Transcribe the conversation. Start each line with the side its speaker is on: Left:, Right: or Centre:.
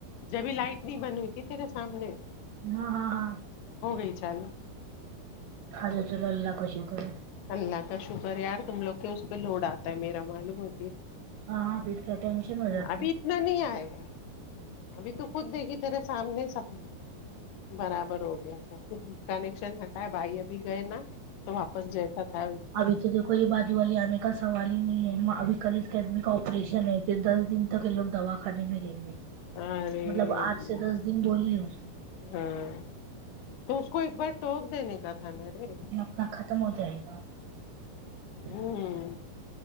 Left: جبھی لائٹ نہیں بن ہوئی تھی تیرے سامنے
Right: ہاں ہاں ہاں
Left: ہو گئی چا لو
Right: ارے چلو اللہ کا شکر ہے
Left: اللہ کا شکر ہے یار تم لوگ کے اس پہ لوڈ آتا ہے میرا معلوم ہے
Right: ہاں ہاں پھر کیا ٹینشن ہو جاتی
Left: ابھی اتنا نہیں آئے گا ابھی تو خود دیکھی تیرے سامنے سب برابر ہو گیا تھا کنیکشن ہٹائے بھائی ابھی گئے نا تو واپس جا پتا ہو
Right: ابھی تو دیکھو یہ بات ولی آنے کا سوال ہی نہیں ہے ابھی کل اس کے آدمی کا آپریشن ہے پھر دس دن ت لوگ دوا خانے میں رہیں گے
Left: ارے
Right: مطلب
Left: اللہ
Right: آٹھ سے دس دن بولی ہے اس نے
Left: ہاں تو اس کو ایک بار ٹوک دینے کا تھا نا رے
Right: نا ختم ہو جائے گا ج
Left: ہوں